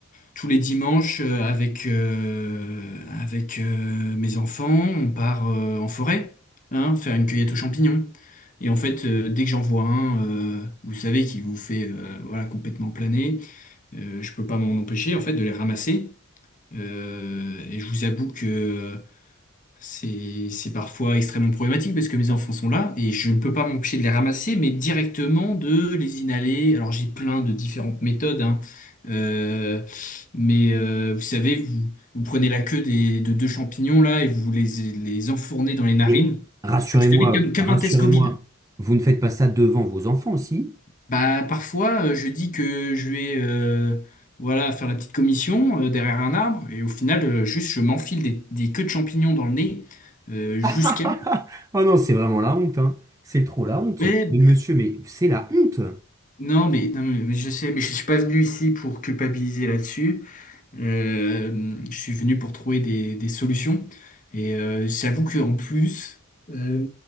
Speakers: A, on the left; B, on the right.
A: Tous les dimanches, euh, avec, euh, avec euh, mes enfants, on part euh, en forêt, hein, faire une cueillette aux champignons. Et en fait, euh, dès que j'en vois un, euh, vous savez, qui vous fait euh, voilà, complètement planer, euh, je peux pas m'en empêcher en fait de les ramasser. Euh, et je vous avoue que c'est, c'est parfois extrêmement problématique parce que mes enfants sont là et je ne peux pas m'empêcher de les ramasser, mais directement de les inhaler. Alors j'ai plein de différentes méthodes, hein. Euh, mais euh, vous savez, vous, vous prenez la queue des, de deux champignons là et vous les, les enfournez dans les narines.
B: Mais rassurez-moi,
A: Vous savez, comme, comme
B: rassurez-moi,
A: un test Covid.
B: vous ne faites pas ça devant vos enfants aussi?
A: Bah parfois euh, je dis que je vais euh, voilà faire la petite commission euh, derrière un arbre et au final euh, juste je m'enfile des, des queues de champignons dans le nez euh, jusqu'à
B: <laughs> Oh non, c'est vraiment la honte, hein. C'est trop la honte.
A: Ouais,
B: Mais monsieur, mais c'est la honte.
A: Non, mais, non, mais mais je sais, mais je suis pas venu ici pour culpabiliser là-dessus. Euh, je suis venu pour trouver des, des solutions. Et euh, j'avoue qu'en plus, euh,